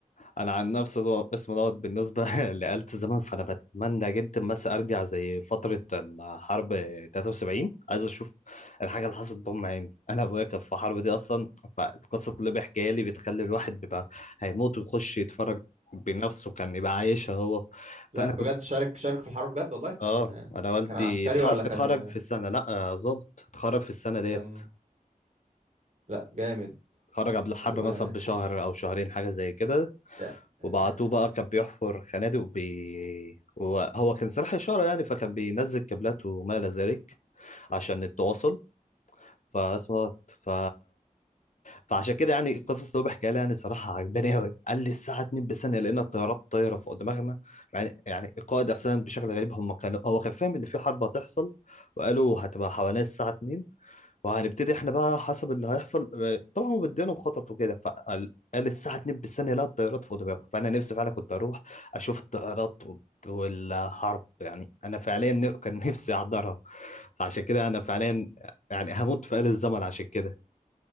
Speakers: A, on the left; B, on the right.
A: انا عن نفس الو- اسم دوت بالنسبه <laughs> لآلة الزمن فانا بتمنى جدا بس ارجع زي فتره الحرب 73 عايز اشوف الحاجه اللي حصلت بام عيني <laughs> انا ابويا كان في الحرب دي اصلا فالقصه اللي بيحكيها لي بتخلي الواحد بيبقى هيموت ويخش يتفرج بنفسه كان يبقى عايشها هو
B: لا
A: فانا
B: بجد
A: كنت
B: شارك شارك في الحرب بجد والله
A: اه
B: كان
A: انا والدي
B: كان عسكري
A: اتخرج
B: ولا كان
A: اتخرج في السنه لا آه، ظابط اتخرج في السنه ديت
B: كان لا جامد
A: خرج قبل الحرب
B: والله
A: مثلا بشهر
B: ش-
A: او شهرين حاجه زي كده
B: يا- يعني
A: وبعتوه بقى كان بيحفر خنادق وبي وهو كان سلاح اشاره يعني فكان بينزل كابلات وما الى ذلك عشان التواصل فاسمه ف... فعشان كده يعني القصص اللي هو بيحكيها لي يعني صراحه عجباني قوي قال لي الساعه 2 بثانيه لقينا الطيارات طايره فوق دماغنا يعني يعني القائد اصلا بشكل غريب هم كانوا هو كان فاهم ان في حرب هتحصل وقالوا هتبقى حوالين الساعه 2 وهنبتدي احنا بقى حسب اللي هيحصل آه، طبعا هو مدينهم خطط وكده فقال قال الساعه 2 بالثانيه لا الطيارات فوق دماغه فانا نفسي فعلا كنت اروح اشوف الطيارات وال- والحرب يعني انا فعليا ن- كان نفسي احضرها فعشان كده انا فعليا يعني هموت في آل الزمن عشان كده